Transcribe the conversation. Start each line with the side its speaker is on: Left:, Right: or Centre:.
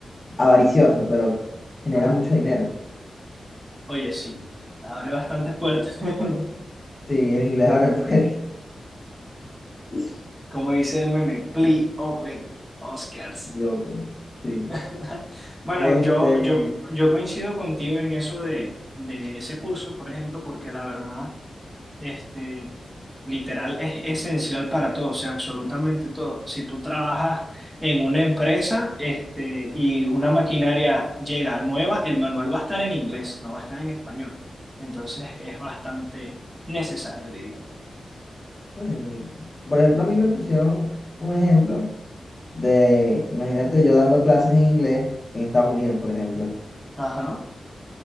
Left: avaricioso, pero genera
Right: ajá.
Left: mucho dinero.
Right: Oye, sí, abre bastantes puertas. <laughs>
Left: Sí, el inglés abre puertas. <laughs>
Right: Como dice el meme, Plea
Left: Este,
Right: Open Oscars.
Left: y open, sí.
Right: <laughs> Bueno,
Left: Este,
Right: yo, yo, yo coincido contigo en eso de, de ese curso, por ejemplo, porque la verdad, este, literal, es esencial para todo, o sea, absolutamente todo. Si tú trabajas en una empresa, este, y una maquinaria llega nueva, el manual va a estar en inglés, no va a estar en español. Entonces, es bastante necesario, diría. yo
Left: no y por ejemplo, a mí me pusieron un ejemplo de, imagínate yo dando clases en inglés en Estados Unidos, por ejemplo.
Right: Ajá,